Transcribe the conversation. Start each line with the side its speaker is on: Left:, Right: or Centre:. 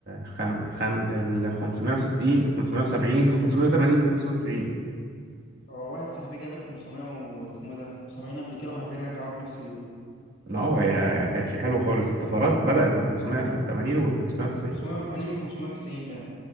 Right: خم... خم... ال 560 و 570 580 و 590
Left: هو واحد صاحبي جاب ال 500 واسمه إيه ده 70 قبل كده حرفيا رجعوه في نفس اليوم
Right: ما هو هي ما كانتش حلوه خالص الطفرات بدأت من 580 و 590
Left: 580 و 590 فعلا